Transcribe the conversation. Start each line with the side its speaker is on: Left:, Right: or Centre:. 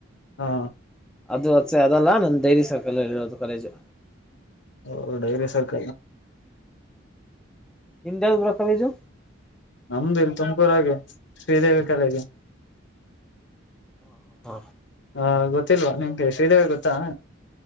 Left: ಹಾ
Centre: ಅದು ಅಸೆ ಅದಲ್ಲ ನನ್ ಡೈರಿ ಸರ್ಕಾಲಲ್ಲಿರೋದು ಕಾಲೇಜು
Left: ಹ ಡೈರಿ ಸರ್ಕ
Centre: ನಿಮ ಯಾವ್ದು ಬ್ರ ಕಾಲೇಜು
Left: ನಮ್ದು ಇಲ್ ತುಮಕೂರಾಗೆ ಶ್ರೀದೇವಿ ಕಲೆಗೆ
Centre: ಹಾ ಹಾ ಹಾ
Left: ಹಾ ಗೊತ್ತಿಲ್ವಾ ನಿಮ್ಗೆ ಶ್ರೀದೇವ ಗೊತ್ತಾ